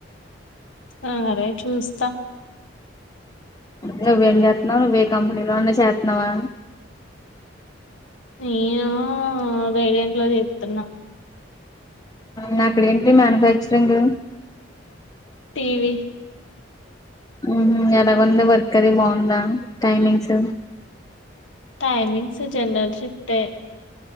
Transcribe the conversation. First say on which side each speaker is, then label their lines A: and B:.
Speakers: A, on the left; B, on the left.
A: ఆ అదే చూస్తా.
B: నువ్వేం చేత్నవ్? నువ్వే కంపెనీలో అన్న చేత్నవా?
A: నేనూ గైడేంట్లో చెత్తున్నా.
B: మ్ అక్కడెంటి మ్యానుఫ్యాక్చరింగ్?
A: టీ వి
B: ఉమ్ హు, ఎలగుంది వర్క్ అది బాగుందా? టైమింగ్స్?
A: టైమింగ్స్ జనరల్ షిఫ్టే.